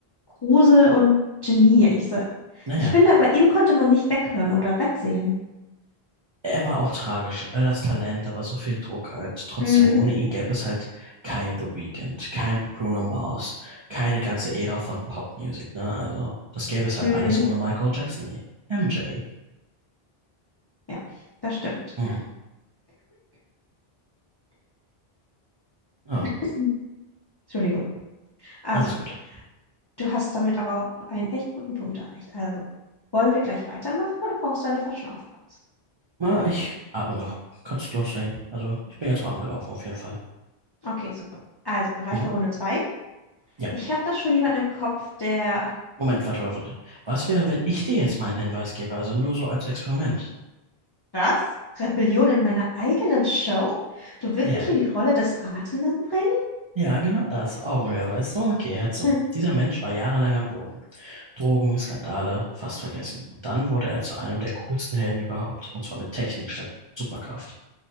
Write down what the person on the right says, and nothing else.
Naja.
Er war auch tragisch, all das Talent, aber so viel Druck halt. Trotzdem,
ohne ihn gäbe es halt kein The Weeknd, kein Bruno Mars, keine ganze Ära von Popmusik, ne? Also, das gäbe es halt
alles ohne Michael Jackson nicht. MJ.
Hm. Ah,
alles gut.
Na, ich atme noch. Kannst loslegen. Also, ich bin jetzt warm gelaufen, auf jeden Fall.
Mhm.
Ja,
Moment, warte, warte, warte. Was wäre, wenn ich dir jetzt meinen Hinweis gebe? Also nur so als Experiment.
Ja,
ja, genau das. Augenhöhe, weißt du? Okay, hör zu.
Dieser Mensch war jahrelang am Boden. Drogen, Skandale, fast vergessen. Und dann wurde er zu einem der coolsten Helden überhaupt. Und zwar mit Technik statt Superkraft.